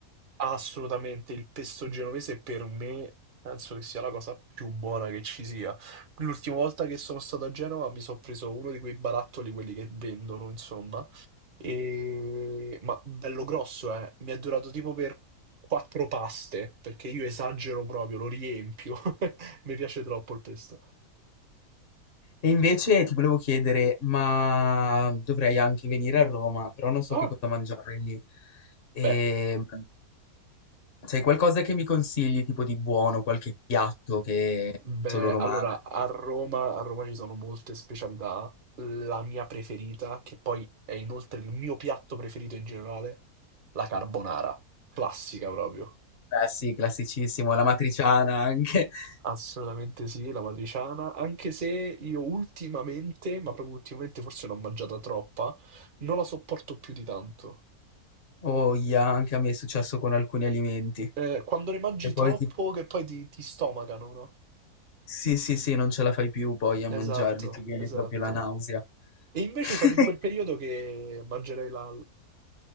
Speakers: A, on the right (about 45°); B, on the left (about 45°).
A: assolutamente il pesto genovese per me penso che sia la cosa più buona che ci sia. L'ultima volta che sono stato a Genova mi sono preso uno di quei barattoli, quelli che vendono, insomma. E- Ma bello grosso, eh. Mi è durato tipo per quattro paste, perché io esagero proprio, lo riempio. <laughs> Mi piace troppo il pesto.
B: E invece ti volevo chiedere, ma dovrei anche venire a Roma, però non so
A: Ah,
B: che cosa mangiare lì. Ehm,
A: beh,
B: c'è qualcosa che mi consigli, tipo di buono, qualche piatto che è
A: beh,
B: solo romano?
A: allora, a Roma, a Roma ci sono molte specialità. La mia preferita, che poi è inoltre il mio piatto preferito in generale, la carbonara. Classica proprio.
B: Eh sì, classicissimo, la matriciana anche. <laughs>
A: Assolutamente sì, la matriciana, anche se io ultimamente, ma proprio ultimamente forse l'ho mangiata troppa, non la sopporto più di tanto.
B: Oh, ia, anche a me è successo con alcuni alimenti.
A: Eh, quando ne mangi
B: E poi
A: troppo
B: ti...
A: che poi ti, ti stomacano, no?
B: Sì, sì, sì, non ce la fai più poi a
A: Esatto,
B: mangiarli, ti viene
A: esatto.
B: proprio la nausea.
A: E invece
B: <laughs>
A: sono in quel periodo che mangerei la,